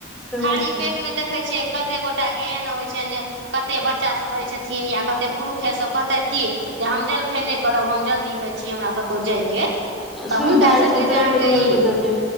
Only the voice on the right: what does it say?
खाली
पेट में देखै छियै कते गोटा के एहन होइ छैन जे कते बच्चासभ रहै छथिन, या कतेक पुरुखे सभ कहतेथ कि जे हम जलखे नहि करब, हम जल्दी में छी, हमरा कत जाइके अई, त
हुनका
सब
के जाय
अहाँके
ई